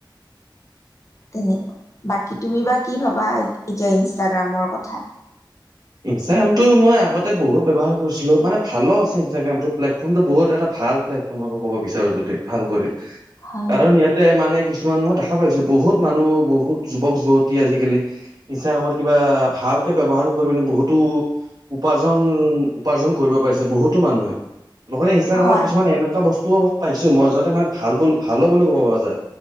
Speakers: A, on the left (about 40°); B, on the right (about 50°).
A: তেনেকুৱা বাকী তুমি বা কি ভাবা এতিয়া ইনষ্টাগ্ৰামৰ কথা?
B: ইনষ্টাগ্ৰামটো মই আগতে বহুত ব্যৱহাৰ কৰিছিলো মানে ভালো আছে ইনষ্টাগ্ৰামতটো প্লেটফৰ্মটো বহুত এটা ভাল প্লেটফৰ্মৰই ক'ব বিচাৰো যদি ভাল কৰি।
A: হয়
B: কাৰণ
A: হয়।
B: ইয়াতে মানে কিছু কিছুমান মই দেখা পাইছো বহুত মানুহ বহুত যুৱক যুৱতী আজিকালি ইনষ্টাগ্ৰামত কিবা ভালকে ব্যৱহাৰ পিনে বহুতো উপাৰ্জন-উপাৰ্জন কৰিব পাৰিছে বহুতো মানুহে লগতে ইনষ্টাগ্ৰামত
A: হয়
B: কিছুমান এনেকুৱা বস্ত পাইছো মই যতে মানে ভাল ভালো বুলি ক'ব পৰা যায়।